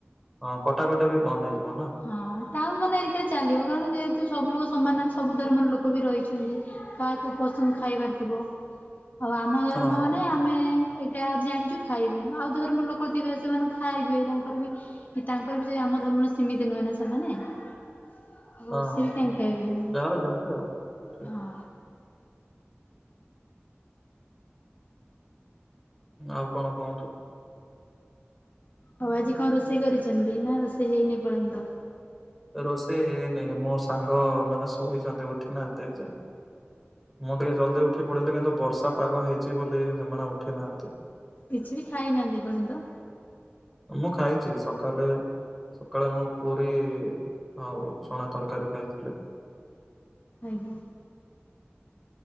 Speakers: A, in the centre; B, on the left.
A: ହଁ କଟାକଟେ ବି ବନ୍ଦ ହେଇଯିବ, ନାଁ?
B: ହଁ ଟାଉନ୍ ମାନେ ହେରିକାରେ ଚାଲିବ କାରଣ ଯେହେତୁ ସବୁ ଲୋକ ସମାନ ସବୁ ଧର୍ମର ଲୋକ ବି ରହିଛନ୍ତି। କାହାକୁ ପସନ୍ଦ ଖାଇବାର ଥିବ ଆଉ ଆମ ଧର୍ମ
A: ହଁ
B: ମାନେ
A: ହଁ
B: ଆ ମେ ଏଇଟା ଆଜି ଆଣିଚୁ ଖାଇବୁନୁ ଆଉ ଧର୍ମର ଲୋକ ଥିବେ ସେମାନେ ଖାଇବେ ତାଙ୍କର ବି ଇ ତାଙ୍କର ବି ସେଇ ଆମ ଧର୍ମର ସୀମିତି ନୁହେଁ ନା ସେମାନେ। ଆଉ
A: ହଁ
B: ସେ
A: ହଁ
B: ବି
A: ହଁ
B: କାହିଁ ଖହବେନି
A: ଯାହାର ଯେମିତି ଆଉ। ଠିକ
B: ହଁ।
A: ଆଉ କଣ କୁହନ୍ତୁ।
B: ଆଉ ଆଜି କଁ ରୋଷେଇ କରିଚନ୍ତି ନାଁ ରୋଷେଇ ହେଇନି ଏପର୍ଯ୍ୟନ୍ତ?
A: ରୋଷେଇ ହେଇନି ମୋ ସାଙ୍ଗ ମାନେ ଶୋଇଛନ୍ତି ଉଠି ନାହାନ୍ତି ଏଯାଏଁ। ମୁଁ ଟିକେ ଜଲ୍ଦି ଉଠି ପଡ଼ିଲି କିନ୍ତୁ ବର୍ଷା ପାଗ ହେଇଚି ବୋଲି ସେମାନେ ଉଠି ନାହାନ୍ତି।
B: କିଛି ବି ଖାଇନାହାନ୍ତି ଏପର୍ଯ୍ୟନ୍ତ?
A: ମୁଁ ଖାଇଚି ସକାଲେ ସକାଳେ ମୁଁ ପୁରୀ ଆଉ ଚଣା ତରକାରୀ ଖାଇଥିଲି।
B: ଆଜ୍ଞା।